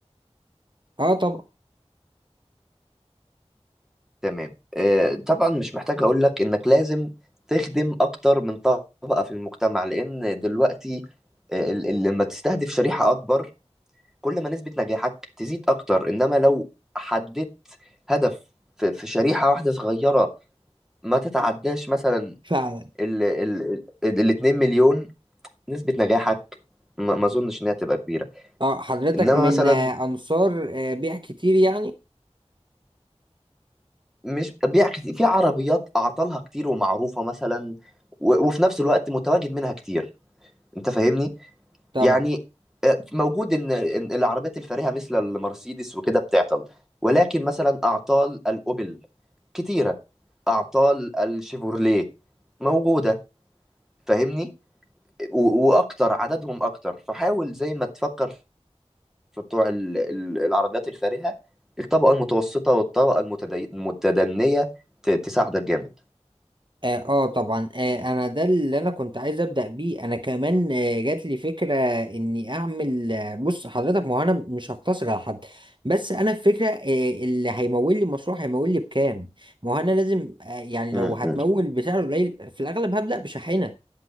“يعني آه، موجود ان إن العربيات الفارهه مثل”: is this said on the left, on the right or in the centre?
Centre